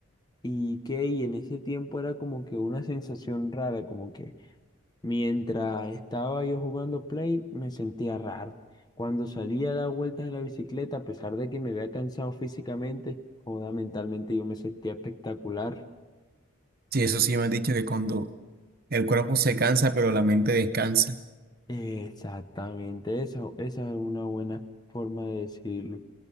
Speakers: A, on the left; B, on the right.
A: y qué, y en ese tiempo era como que una sensación rara, como que mientras estaba yo jugando play me sentía raro. Cuando salía a dar vueltas en la bicicleta, a pesar de que me había cansado físicamente, joda, mentalmente yo me sentía espectacular.
B: Sí, eso sí me han dicho que cuando el cuerpo se cansa, pero la mente descansa.
A: Exactamente, esa, esa es una buena forma de decirlo.